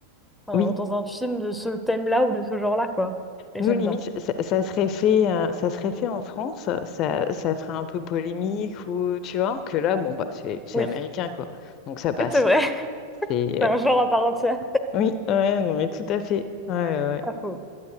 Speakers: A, in the centre; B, on the left.
A: un-
B: Oui.
A: dans un film de ce thème-là ou de ce genre-là, quoi. Et
B: Nous,
A: j'aime
B: limite,
A: bien.
B: ça, ça serait fait, euh, ça serait fait en France, ça, ça ferait un peu polémique ou tu vois, que là, bon, bah, c'est, c'est
A: Oui,
B: américain, quoi. Donc ça passe.
A: <laughs> c'est vrai.
B: C'est,
A: C'est
B: euh,
A: un genre à part entière.
B: oui, ouais, non, mais tout à fait. Ouais, ouais.
A: Ah, faux.